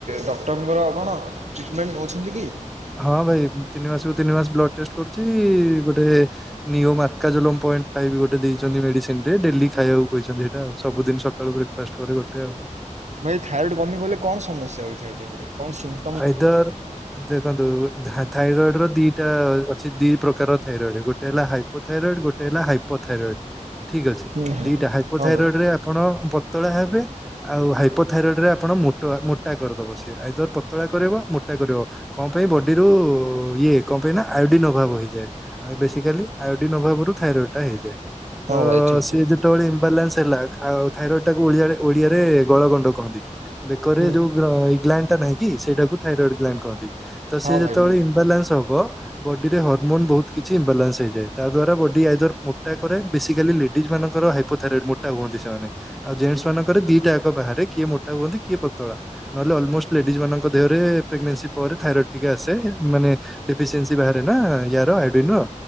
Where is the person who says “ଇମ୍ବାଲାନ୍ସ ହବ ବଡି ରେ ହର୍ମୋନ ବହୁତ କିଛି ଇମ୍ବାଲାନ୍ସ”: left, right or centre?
Centre